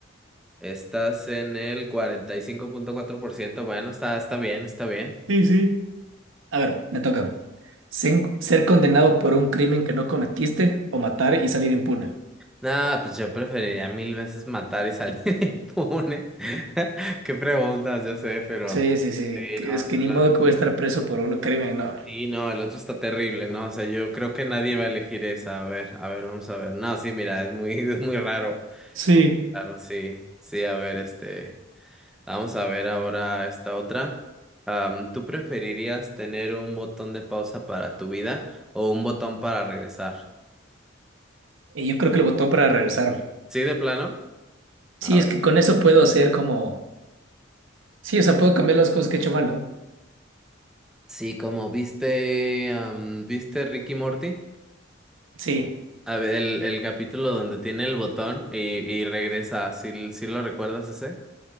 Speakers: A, in the centre; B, on the right.
A: Estás en el cuarenta y cinco punto cuatro por ciento. bueno, está, está bien, está bien.
B: Sí, sí. A ver, me toca. Sen- Ser condenado por un crimen que no cometiste o matar y salir impune.
A: No, pues yo preferiría mil veces matar y salir <laughs> impune. <laughs> Qué preguntas, yo sé, pero...
B: Sí, sí, sí,
A: Sí,
B: que-
A: no,
B: es que ni
A: la-
B: modo que voy a estar preso por un crimen, no.
A: sí, no, el otro está terrible, ¿no? O sea, yo creo que nadie va a elegir esa. A ver, a ver, vamos a ver. No, sí, mira, es muy, <laughs> es muy raro.
B: Sí.
A: Claro, sí, sí, a ver, este... Vamos a ver ahora esta otra. Am, ¿tú preferirías tener un botón de pausa para tu vida o un botón para regresar?
B: Y yo creo que el botón para regresar.
A: ¿Sí, de plano? A
B: Sí,
A: ver.
B: es que con eso puedo hacer como... Sí, o sea, puedo cambiar las cosas que he hecho mal, ¿no?
A: Sí, como viste, am, ¿viste Ricky Morty?
B: Sí,
A: A ver, el, el capítulo donde tiene el botón y, y regresa, ¿sí, sí lo recuerdas ese?